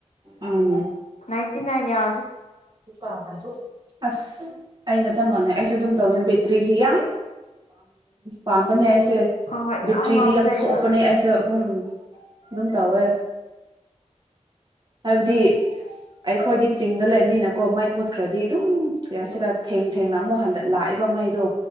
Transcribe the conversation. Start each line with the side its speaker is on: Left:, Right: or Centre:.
Right: ꯎꯝ
Left: ꯏꯟꯇꯤ ꯅꯥꯏꯟ ꯌꯥ
Right: ꯕ ꯑꯗꯨ ꯑꯁ ꯑꯩꯒ ꯆꯞ ꯃꯥꯟꯅꯩ ꯑꯩꯁꯨ ꯑꯗꯨꯝ ꯇꯧꯅꯤ ꯕꯦꯇ꯭ꯔꯤꯁꯤ ꯌꯥꯝ ꯄꯥꯝꯕꯅꯦ ꯑꯩ ꯦ
Left: ꯍꯣꯏ ꯍꯣꯏ
Right: ꯕꯤꯇ꯭ꯔꯤꯗꯤ
Left: ꯉꯥꯎꯖꯩꯕ
Right: ꯌꯥꯝ ꯁꯣꯞꯄꯅꯦ ꯑꯩꯁꯨꯦ ꯎꯝ ꯑꯗꯨꯝ ꯇꯧꯋꯦ ꯍꯥꯏꯕꯗꯤ ꯑꯩꯈꯣꯏꯗꯤ ꯆꯤꯡꯗ ꯂꯩꯕꯅꯤꯅꯀꯣ ꯃꯩ ꯃꯨ ꯈ꯭ꯔꯗꯤ ꯑꯗꯨꯝ ꯀꯔ ꯁꯤꯗ ꯊꯦꯡ ꯊꯦꯡꯅ ꯑꯃꯨꯛ ꯍꯟꯗ ꯂꯥꯛꯏꯕ ꯃꯩꯗꯣ